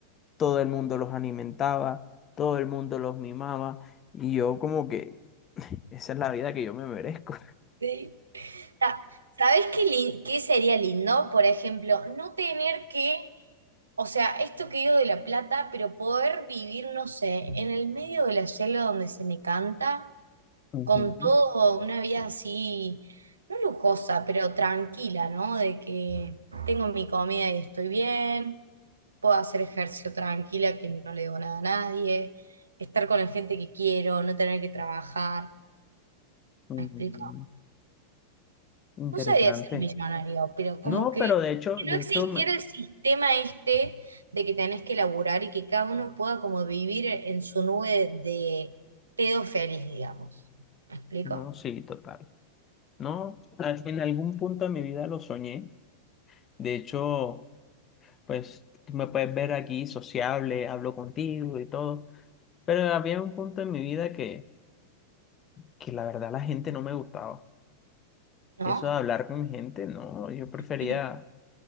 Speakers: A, on the left (about 25°); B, on the right (about 75°).
A: todo el mundo los alimentaba, todo el mundo los mimaba, y yo como que esa es la vida que yo me merezco.
B: Sí. Sa- ¿Sabés qué, lin- qué sería lindo? Por ejemplo, no tener que, o sea, esto que digo de La Plata, pero poder vivir, no sé, en el medio de la selva donde se me canta,
A: <laughs> Ujú,
B: con todo, una vida así, no lujosa, pero tranquila, ¿no? De que tengo mi comida y estoy bien, puedo hacer ejercicio tranquila, que no le debo nada a nadie, estar con la gente que quiero, no tener que trabajar,
A: ujú,
B: ¿me explico?
A: Interesante.
B: no sería ser millonario, pero como
A: No,
B: que,
A: pero de hecho,
B: que
A: de
B: no existiera
A: hecho, me-
B: el sistema este de que tenés que laburar y que cada uno pueda como vivir en su nube de pedo feliz, digamos. ¿Me explico?
A: no, sí, total. No, al- en algún punto de mi vida lo soñé. De hecho, pues tú me puedes ver aquí sociable, hablo contigo y todo. Pero había un punto en mi vida que, que la verdad la gente no me gustaba.
B: ¿No?
A: Eso de hablar con gente, no, yo prefería
B: <clears throat>